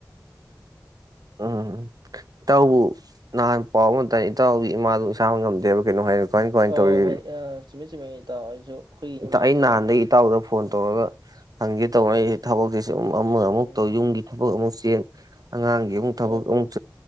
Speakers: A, on the right; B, on the right.
A: ꯎꯝ ꯎꯝ ꯎꯝ ꯏꯇꯥꯎꯕꯨ ꯅꯍꯥꯟ ꯄꯥꯎ ꯑꯃ ꯇ ꯏꯇꯥꯎꯗꯤ ꯏꯃꯥꯗꯨ ꯏꯁꯥꯃꯛ ꯉꯝꯗꯦꯕ ꯀꯩꯅꯣ ꯍꯥꯏꯔ ꯀꯃꯥꯏ ꯀꯃꯥꯏꯅ
B: ꯍꯣꯏ
A: ꯇꯧꯔꯤ
B: ꯍꯣꯏ ꯍꯣꯏ ꯆꯨꯝꯃꯤꯠ ꯆꯨꯝꯃꯤ ꯏ ꯇꯥꯎꯑꯣ ꯑꯩꯁꯨ ꯑꯩꯈꯣꯏꯒꯤ ꯏꯃꯥꯗꯨ
A: ꯑꯩ ꯅꯍꯥꯟꯗꯒꯤ ꯏꯇꯥꯎꯗ ꯐꯣꯟ
B: ꯎꯝ
A: ꯇꯧꯔꯒ ꯍꯪꯒꯦ ꯇꯧꯔꯛꯏꯁꯤ ꯊꯕꯛꯁ ꯑꯃ ꯑꯃꯨꯛꯇ
B: ꯎꯝ
A: ꯌꯨꯝꯒꯤ ꯊꯕꯛ ꯑꯃ ꯆꯦꯡ ꯑꯉꯥꯡ ꯑꯃꯨꯛ ꯊꯕꯛ
B: ꯍꯣꯏ ꯍꯣꯏ
A: ꯑꯃꯨꯛ